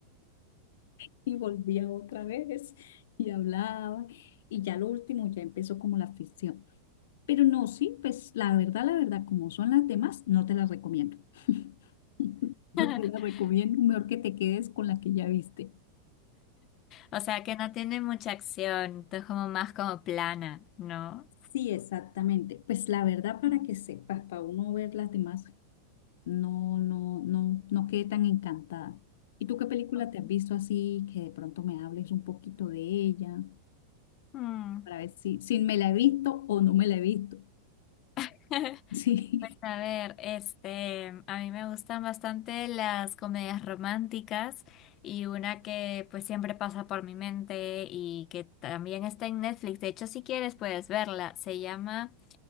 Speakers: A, on the left; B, on the left.
A: <laughs> y volvía otra vez y hablaba. Y ya lo último ya empezó como la ficción. Pero no, sí, pues la verdad, la verdad, como son las demás, no te las recomiendo. <laughs> No
B: <laughs>
A: te las recomiendo, mejor que te quedes con la que ya viste.
B: O sea, que no tiene mucha acción, es como más como plana, ¿no?
A: Sí, exactamente. Pues la verdad, para
B: Mm,
A: que sepas, para uno ver las demás, no, no, no, no quedé tan encantada. ¿Y tú qué película
B: ok.
A: te has visto así que de pronto me hables un poquito de ella
B: Mm.
A: para ver si, si me la he visto o no me la he visto? <laughs>
B: <laughs>
A: Sí.
B: Pues a ver, este, a mí me gustan bastante las comedias románticas y una que pues siempre pasa por mi mente y que también está en Netflix. De hecho, si quieres puedes verla. Se llama